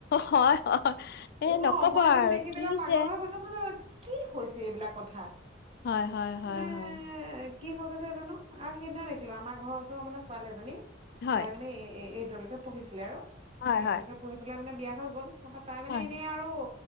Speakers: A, on the left; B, on the right.
A: হয় হয় এ
B: অহ
A: নকব
B: মই
A: আৰু
B: এদিন দেখি
A: কি
B: পেলাই পাগল
A: যে
B: হৈ গৈছো। কি হৈছে এইবিলাক। কথা
A: হয়-হয়-হয়-হয়।
B: মানে কি। <unintelligible> <unintelligible> জানো? আৰু সেইদিনা দেখিলোঁ আমাৰ ঘৰৰ ও অ', মানে ছোৱালী এজনী
A: হয়
B: তাই মানে এ-এ এইট <unintelligible> পঢ়িছিলে আৰু
A: হয় হয়
B: <unintelligible> পঢ়ি পেলাই মানে বিয়া হৈ গ'ল। <unintelligible> তাই মানে
A: হয়
B: এনেই আৰু অ